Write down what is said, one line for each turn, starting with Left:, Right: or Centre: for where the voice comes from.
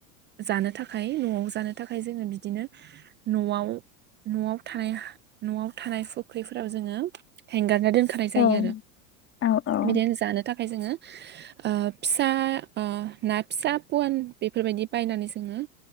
Right: जानो थाखाय न'आव जानो थाखाय जोङो बिदिनो न'आव न'आव थानाय न'आव थानाय फुख्रिफोराव जोङो हेंगारना दोनखानाय जायो
Left: औ
Right: आरो
Left: औ औ
Right: बिदिनो जानो था खाम जोङो ओ फिसा ओ ना फिसा पवान बेफोरबायदि बायनानै जोङो